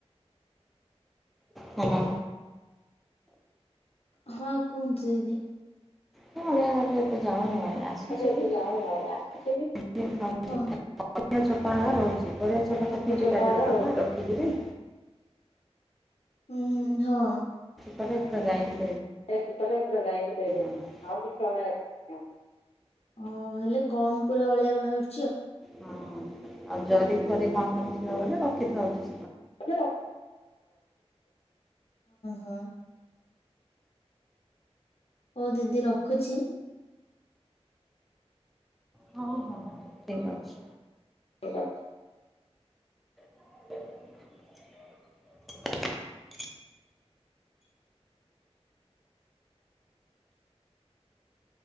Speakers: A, in the centre; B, on the left (about 65°).
A: ହାଲୋ।
B: ହଁ କୁହନ୍ତୁ ଦିଦି।
A: ମୁଁ ଅଳିଆଘାଟରେ ଏତେ ଯାାଉନି ମୁଁ ଆଉ ଆସୁଛି
B: ଏତେ
A: ବି
B: ଯାଉନି ଅଳିଆ ଆସୁଛି
A: <inaudible>
B: ବି।
A: ପରିବା
B: ହଁ
A: ଚୋପା ହେକା ରହୁଛି। ପରିବା ଚୋପା ତ ଫିଙ୍ଗି
B: ଉଁ
A: ପାରିବୁ ନନା ରଖିକିରି।
B: ହୁଁ, ହଁ।
A: କରେ ପୁରା ଯାଇକି।
B: ସେ ଠିକ କଲେ ପୁରା ଭିତରେ ରହୁଛୁ।
A: ଆମର
B: ଆଉ କିଛି <unintelligible> ଓ ହେଲେ କମ ପୁରା ଅଳିଆ ବାହାରୁ
A: ହଁ ଆଉ ଜରି ଫରି କଣ କଣ ଥିବ ବୋଲେ ରଖିଥାଉଚି।
B: ହଁ, ହଁ। ହଉ ଦିଦି ରଖୁଛି।
A: ହଉ ହଉ ଠିକ ଅଛି।
B: ହଉ ରଖ।
A: <unintelligible>